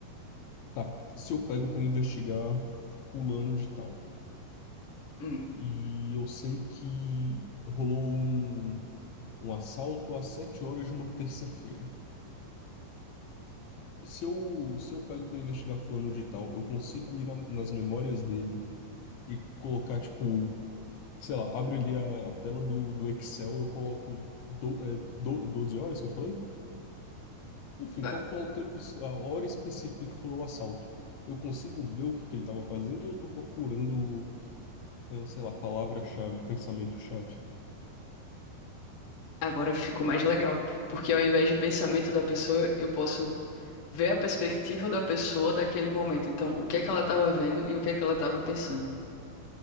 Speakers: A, on the left; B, on the left.
A: tá, se eu pego pra investigar fulano de tal,
B: Hum.
A: e eu sei que rolou um, um assalto às sete horas de uma terça-feira. Se eu, se eu pego pra investigar fulano de tal, eu consigo ir na- nas memórias dele e colocar, tipo, sei lá, abre ali a, a tela do, do Excel, eu coloco do, é, do- 12 horas que eu falei? Enfim,
B: A-
A: coloco lá o tempo, es- a hora específica que rolou o assalto. Eu consigo ver o que, que ele tava fazendo ou eu tô procurando, ah, sei lá, palavra-chave, pensamento-chave?
B: Agora ficou mais legal, porque ao invés de pensamento da pessoa, eu posso ver a perspectiva da pessoa daquele momento. Então, o que é que ela estava vendo e o que é que ela estava pensando,